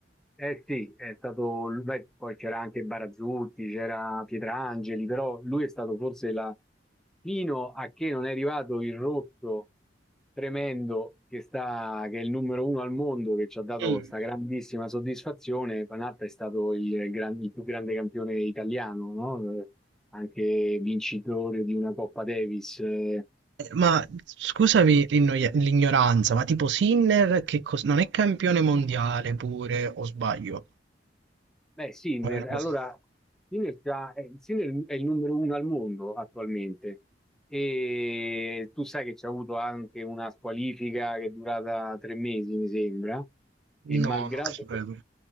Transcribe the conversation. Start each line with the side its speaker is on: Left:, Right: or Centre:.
Centre: Eh sì, è stato, lui- beh, poi c'era anche Barazzutti, c'era Pietrangeli, però lui è stato forse la, fino a che non è arrivato il rotto tremendo che sta, che è il numero uno al mondo, che ci ha dato
Right: Mm.
Centre: questa grandissima soddisfazione, Panatta è stato il, gran- il più grande campione italiano, no? Eh, Anche vincitore di una Coppa Davis, eh,
Right: Eh, Ma scusami l'innoia- l'ignoranza, ma tipo Sinner che cos- non è campione mondiale pure, o sbaglio?
Centre: Beh, Sinner,
Right: O è una cosa-
Centre: allora Sinner, già- eh, Sinner è il numero uno al mondo attualmente e tu sai che c'è avuto anche una squalifica che è durata tre mesi, mi sembra, e malgrado,
Right: No, non lo sapevo.